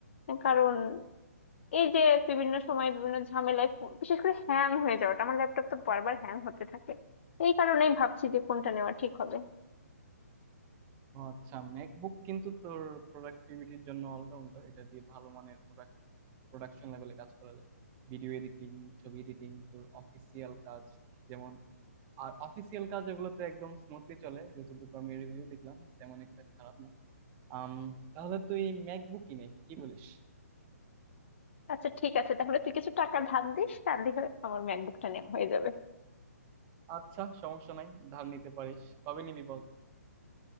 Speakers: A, on the left; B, on the right.
A: কারণ এই যে বিভিন্ন সময় বিভিন্ন ঝামেলায় ফো- বিশেষ করে হ্যাং হয়ে যাওয়াটা আমার ল্যাপটপ তো বারবার হ্যাং হতে থাকে এই কারণেই ভাবছি যে কোনটা নেওয়া ঠিক হবে
B: ও আচ্ছা ম্যাকবুক কিন্তু তোর প্রোডাক্টিভিটির জন্য অলরাউন্ডার এটা দিয়ে ভালো মানের প্রোডাক্ট প্রোডাকশন লেভেলে কাজ করা যায় ভিডিও এডিটিং ছবি এডিটিং তোর অফিসিয়াল কাজ যেমন আর অফিসিয়াল কাজ এগুলোতে একদম স্মুথলি চলে যতটুকু আমি রিভিউ দেখলাম তেমন একটা খারাপ না আম তাহলে তুই ম্যাকবুক কিনে কি বলিস
A: আচ্ছা ঠিক আছে তাহলে তুই কিছু টাকা ধার দিস তার দিয়ে আমার ম্যাকবুকটা নেওয়া হয়ে যাবে
B: আচ্ছা সমস্যা নাই ধার নিতে পারিস কবে নিবি বল